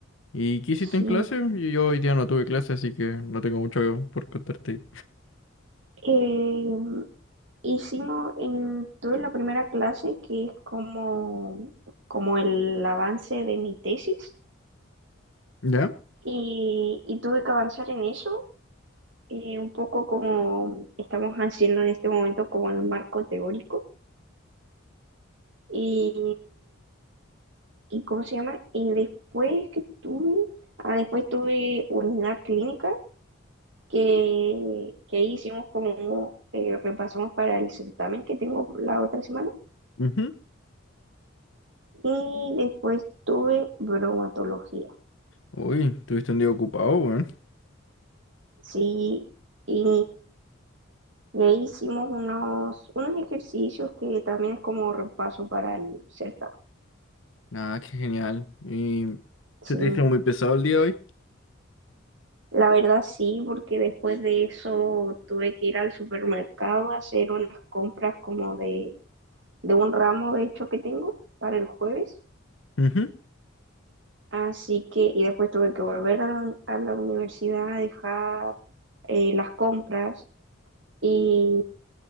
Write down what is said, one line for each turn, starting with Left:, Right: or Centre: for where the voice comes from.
Left: ¿Y qué hiciste
Right: Sí.
Left: en clase? Y Yo hoy día no tuve clase, así que no tengo mucho por contarte.
Right: Eh, hicimos, en, tuve la primera clase que es como, como el avance de mi tesis
Left: ¿Ya?
Right: y, y tuve que avanzar en eso, eh, un poco como estamos haciendo en este momento como el marco teórico. Y, y ¿cómo se llama? Y después que tuve, ah, después tuve unidad clínica que, que ahí hicimos como, eh, repasamos para el certamen que tengo la otra semana.
Left: Ujú.
Right: Y después tuve bromatología,
Left: Uy, tuviste un día ocupado, weón.
Right: sí, y, y ahí hicimos unos, unos ejercicios que también es como repaso para el certamen,
Left: Ah, qué genial. ¿Y
Right: sí.
Left: se te hizo muy pesado el día hoy?
Right: La verdad sí, porque después de eso tuve que ir al supermercado a hacer unas compras como de, de un ramo de hecho que tengo para el jueves.
Left: Ujú.
Right: Así que, y después tuve que volver a la, uni- a la universidad a dejar eh, las compras y,